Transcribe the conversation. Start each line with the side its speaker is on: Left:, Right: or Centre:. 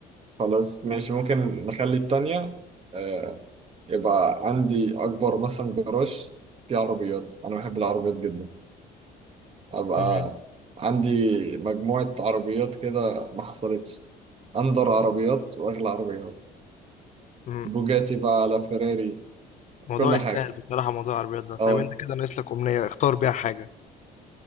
Right: خلاص ماشي ممكن نخلي التانية آه يبقى عندي أكبر مثلا جراج فيه عربيات أنا بحب العربيات جدا أبقى
Left: إمم،
Right: عندي مجموعة عربيات كده ما حصلتش أندر عربيات وأغلى عربيات
Left: إمم.
Right: بوجاتي بقى على فيراري
Left: الموضوع
Right: كل
Left: يستاهل
Right: حاجة
Left: بصراحة موضوع العربيات ده طيب
Right: اه
Left: انت كده ناقص لك أمنية اختار بيها حاجة